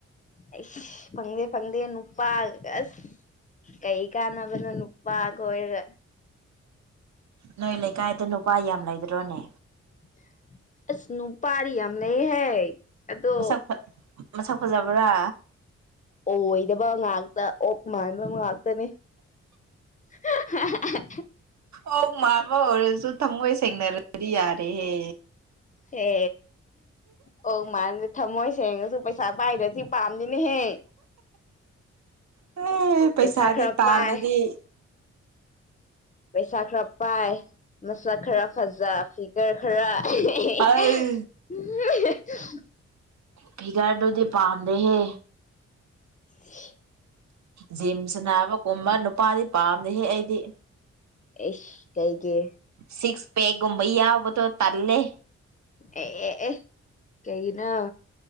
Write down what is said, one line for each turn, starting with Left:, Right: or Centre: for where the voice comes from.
Left: ꯑꯁ ꯐꯪꯗꯦ ꯐꯪꯗꯦ ꯅꯨꯄꯥꯒ ꯑꯁ ꯀꯩ ꯀꯥꯟꯅꯕꯅꯣ ꯅꯨꯄꯥ ꯀꯣꯏꯔꯒ
Right: ꯅꯣꯏ ꯂꯩꯀꯥꯏꯗ ꯅꯨꯄꯥ ꯌꯥꯝ ꯂꯩꯗ꯭ꯔꯣꯅꯦ
Left: <inaudible> ꯑꯁ ꯅꯨꯄꯥꯗꯤ ꯌꯥꯝ ꯂꯩ ꯍꯦ ꯑꯗꯣ
Right: ꯃꯁꯛ ꯃꯁꯛ ꯐꯖꯕ꯭ꯔꯥ
Left: ꯑꯣꯏꯗꯕ ꯉꯥꯛꯇ ꯑꯣꯛ ꯃꯥꯟꯕ ꯉꯥꯛꯇꯅꯦ <inaudible>
Right: ꯑꯣꯛ ꯃꯥꯟꯕ ꯑꯣꯏꯔꯁꯨ ꯊꯝꯃꯣꯏ ꯁꯦꯡꯅꯔꯗꯤ ꯌꯥꯔꯦꯍꯦ
Left: ꯍꯦ ꯑꯣꯛ ꯃꯟꯕ ꯊꯝꯃꯣꯏ ꯁꯦꯡꯉꯁꯨ ꯄꯩꯁꯥ ꯄꯥꯏꯗ꯭ꯔꯗꯤ ꯄꯥꯝꯗꯤꯅꯦꯍꯦ
Right: ꯑꯦ ꯄꯩꯁꯥꯗꯤ
Left: ꯄꯩꯁꯥ ꯈꯔ
Right: ꯇꯥꯜꯂꯗꯤ
Left: ꯄꯥꯏ ꯄꯩꯁꯥ ꯈꯔ ꯄꯥꯏ ꯃꯁꯛ ꯈꯔ ꯐꯖ ꯐꯤꯒꯔ ꯈꯔ <unintelligible>
Right: ꯑꯩ ꯐꯤꯒꯔꯗꯨꯗꯤ ꯄꯥꯝꯗꯦ ꯍꯦ
Left: <inaudible>
Right: ꯖꯤꯝ ꯁꯥꯅꯕ ꯀꯨꯝꯕ ꯅꯨꯄꯥꯗꯤ ꯄꯥꯝꯗꯦ ꯍꯦ ꯑꯩꯗꯤ
Left: ꯑꯦꯁ ꯀꯩꯒꯤ
Right: ꯁꯤꯛꯁ ꯄꯦꯛꯒꯨꯝꯕ ꯌꯥꯎꯕꯗꯣ ꯇꯜꯂꯦ
Left: ꯑꯦ ꯑꯦ ꯑꯦ ꯀꯩꯒꯤꯅꯣ